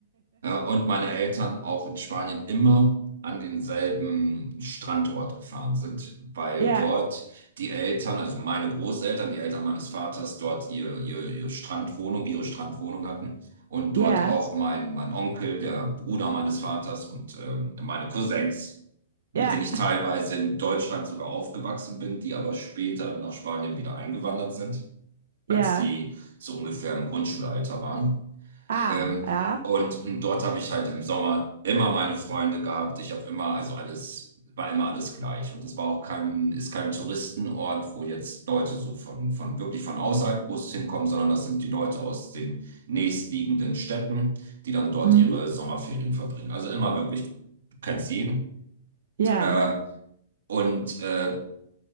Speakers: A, on the right; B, on the right.
A: Äh, und meine Eltern auch in Spanien immer an denselben Standort gefahren sind, weil
B: Ja.
A: dort die Eltern, also meine Großeltern, die Eltern meines Vaters, dort ihr, ihr, ihr Strandwohnung, ihre Strandwohnung hatten. Und
B: Ja.
A: dort auch mein, mein Onkel, der Bruder meines Vaters und ähm, meine Cousins, mit
B: Ja.
A: denen ich teilweise in Deutschland sogar aufgewachsen bin, die aber später dann nach Spanien wieder eingewandert sind, als
B: Ja.
A: die so ungefähr im Grundschulalter waren.
B: Ah.
A: Ähm,
B: Ja.
A: und, und dort habe ich halt im Sommer immer meine Freunde gehabt. Ich habe immer, also alles, war immer alles gleich. Und das war auch kein, ist kein Touristenort, wo jetzt Leute so von, von wirklich von außerhalb groß hinkommen, sondern das sind die Leute aus den nächstliegenden Städten, die dann dort
B: Mhm.
A: ihre Sommerferien verbringen. Also immer wirklich, du kennst jeden.
B: Ja.
A: Äh, und äh,